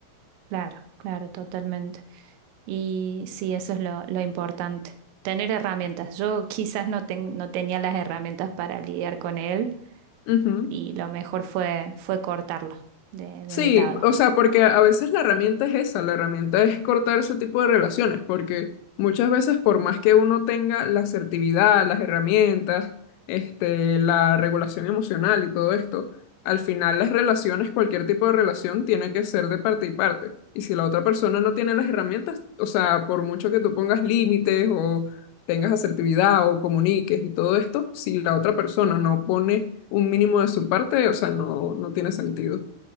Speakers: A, on the right; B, on the left.
A: Claro, claro, totalmente. Y sí, eso es lo, lo importante. Tener herramientas. Yo quizás no, ten- no tenía las herramientas para lidiar con él
B: Ujú.
A: y lo mejor fue, fue cortarlo de, de
B: Sí,
A: mi lado.
B: o sea, porque a veces la herramienta es esa, la herramienta es cortar ese tipo de relaciones, porque muchas veces por más que uno tenga la asertividad, las herramientas, este, la regulación emocional y todo esto, al final las relaciones, cualquier tipo de relación tiene que ser de parte y parte. Y si la otra persona no tiene las herramientas, o sea, por mucho que tú pongas límites o tengas asertividad o comuniques y todo esto, si la otra persona no pone un mínimo de su parte, o sea, no, no tiene sentido.